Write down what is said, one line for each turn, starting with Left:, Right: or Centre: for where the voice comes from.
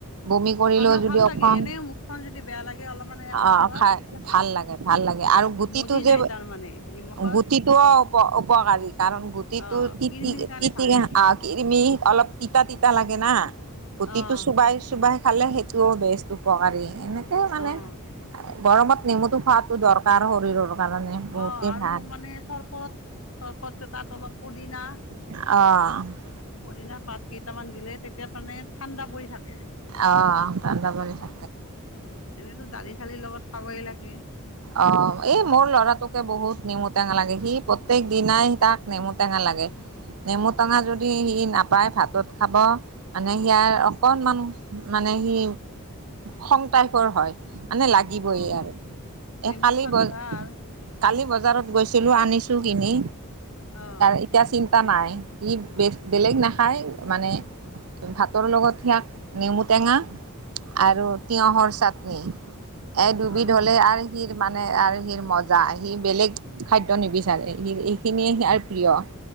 Right: বমি কৰিলেও
Left: অ', নহয়
Right: যদি
Left: ভাল লাগে
Right: অকন
Left: এনেই মুখখন যদি বেয়া লাগে অলপমান আচাৰ
Right: আঁ
Left: খোৱা
Right: খাই
Left: তেতিয়া
Right: ভাল লাগে। গে আৰু গুটিটো
Left: মজি
Right: যে
Left: যায় তাৰমানে নিমখত
Right: গুটিটো অ উপ উপকাৰী কাৰণ গুট টিটো
Left: অ',
Right: তিতি
Left: কিৰমিৰ কাৰণে
Right: তিতি
Left: ভাল
Right: নহয়
Left: নেকি?
Right: আ কি অলপ তিতা-তিতা লাগে না। গুটিটো
Left: অ',
Right: চোবাই চোবাই খালে সেইটোও বেছ উপকাৰী, এনেকে মানে
Left: অ',
Right: গৰমত নেমুটো খোৱাটো দৰকাৰ শৰীৰৰ কাৰণে বহুতেই
Left: অঁ আৰু
Right: ভাল
Left: মানে চৰবত, চৰবত কেইটাত অলপ পদিনা
Right: অঁ
Left: পদিনা পাত কেইটামান দিলে তেতিয়া মানে ঠাণ্ডা পৰি থাকে।
Right: অঁ, ঠাণ্ডা পৰি থাক
Left: অঁ, এনেইতো দালিচালিৰ লগত খাবই লাগে।
Right: অঁ, এই মোৰ ল'ৰাটোকে বহুত নিমুটেঙা লাগে সি প প্ৰত্যেক দিনাই তাক নেমু টেঙা লাগে, নেমু টেঙা
Left: অ',
Right: যদি সি না পায় ভাতত খাব, মানে সেয়াৰ অকনমান মানে সি খং টাইপৰ হয়, মানে লাগিবৈয়ে
Left: অ',
Right: আৰু।
Left: নেমু
Right: এই কালি
Left: খোৱাটো
Right: বজ,
Left: ভাল
Right: কালি বজাৰত গৈছিলোঁ আনিছোঁ কিনি
Left: অ',
Right: এ তিয়া চিন্তা নাই, ই বে বেলেগ নাখায় মানে ভাতৰ লগত সিয়াক নেমুটেঙা আৰু তিয়হৰ চাটনি, এই দুবিধ
Left: অ',
Right: হলে আ সিৰ মানে আৰু সিৰ মজা সি বেলেগ খাদ্য নিবিচাৰে সি এইখিনিয়ে সিয়াৰ প্ৰিয়।